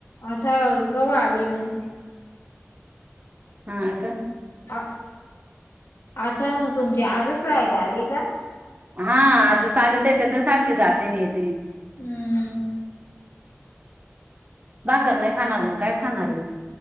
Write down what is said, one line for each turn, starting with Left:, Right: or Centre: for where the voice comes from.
Left: आता कव्हा आले माय
Right: हा का
Left: आ आता मग तुमची आजच लाईट आली का
Right: हा आजच आली त्याच्यातच सांगत्यात साठी तेने तेने
Left: हम
Right: भाकर नाय खाणार मग काय खाणारे